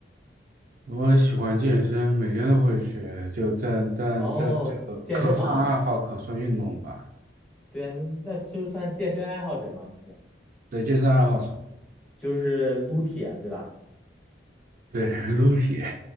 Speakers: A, on the right; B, in the centre.
A: 我喜欢健身，每天都会去，就但但这这个可算爱好，
B: 哦，健身房，
A: 可算运动吧。
B: 对啊，那那就算健身爱好者嘛，你是
A: 对，健身爱好者，
B: 就是撸铁对吧？
A: 对，撸铁，